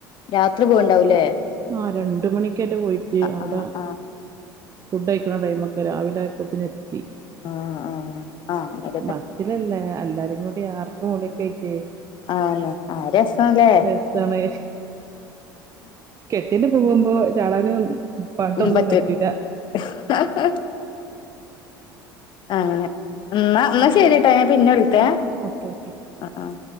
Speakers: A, on the left; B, on the right.
A: രാത്രി പോയിണ്ടാവൂല്ലേ
B: ആഹ് രണ്ടുമണിക്കാട്ട് പോയിട്ട്
A: ആഹ്
B: അവിടെ
A: ആഹ്
B: ഫുഡ് കഴിക്കണ ടൈമൊക്കെ രാവിലെ ആയപ്പോത്തേന്ന് എത്തി
A: ആഹ് ആഹ് ആഹ് അവി
B: ബസ്സിലല്ലേ എല്ലാരും കൂടി ആർപ്പ് വിളിയൊക്കെ ആയിട്ടെ
A: ആണല്ലേ ആഹ് രസാല്ലേ
B: രസാണ് കെട്ടിയിന്റെ ഒപ്പം പോകുമ്പോ ചാടാന് പാട്ടൊന്നും
A: പറ്റും
B: പറ്റൂല
A: <unintelligible> ആഹ് അങ്ങനെ എന്നാ എന്നാ ശരി ട്ട ഞാൻ പിന്നെ വിളിക്ക
B: ആഹ്
A: ഏഹ്
B: ഓക്കെ ഓക്കെ
A: ആഹ് ആഹ്